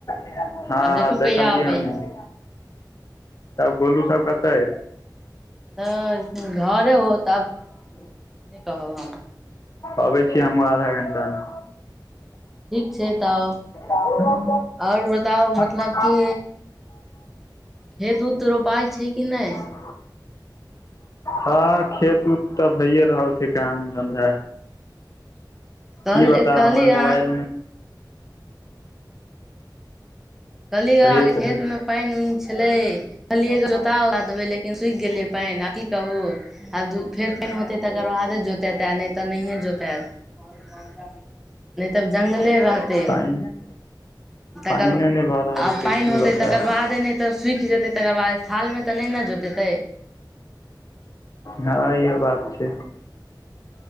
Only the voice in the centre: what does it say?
आब
देखियौ
कहिया अबै
तऽ घरे होत आब नय कहब हम
ठीक छै तऽ
आओर बताउ मतलब
कि खेत उत रोपाइ छै कि नहि
कल
कलहि
य
कहली
अहां के
खेतमे पानि उनि छलै कहलियै एगो जोता उता देबे लेकिन सुखि गेलै पानि आ की कहु आब फेर पानि होतै तकर बादे जोतेतै नइ तऽ नहियए जोतैत नहि तऽ जंगले रहतै
तकरल
<unintelligible>
आ
पानि
होतै
तकर बादे नइ तऽ सुखि जेतै तकर बाद थाल मे तऽ नइ ने जोतेतै